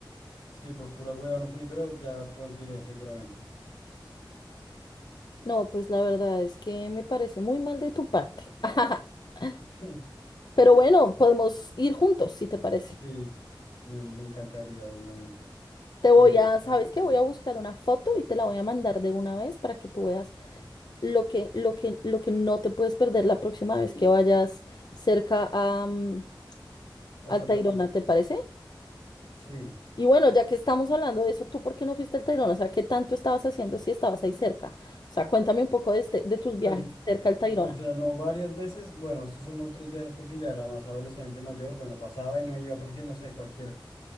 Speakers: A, on the left (about 80°); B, on the left (about 55°).
A: Sí, por pura hueva no fui, pero ya pronto iré, seguramente.
B: No, pues la verdad es que me parece muy mal de tu parte. <laughs>
A: <laughs>
B: Pero bueno, podemos ir juntos, si te parece.
A: Sí, me, me encantaría, obviamente.
B: Te voy
A: Tenemos
B: a,
A: que
B: ¿sabes
A: ir
B: qué?
A: sí,
B: Voy a buscar una foto y te la voy a mandar de una vez para que tú veas lo que, lo que, lo que no te puedes perder la próxima vez que vayas cerca a, mm,
A: a
B: al
A: Santa
B: Tayrona,
A: Marta.
B: ¿te parece?
A: Sí,
B: Y bueno, ya que estamos hablando de eso, ¿tú por qué no fuiste al Tayrona? O sea, ¿qué tanto estabas haciendo si estabas ahí cerca? O sea, cuéntame un poco de, este, de tus viajes
A: pues,
B: cerca al Tayrona.
A: o sea, no varias veces. Bueno, estos son otros viajes porque ya era más adolescente, mayor. Bueno, pasaba y no iba porque, no sé, cualquier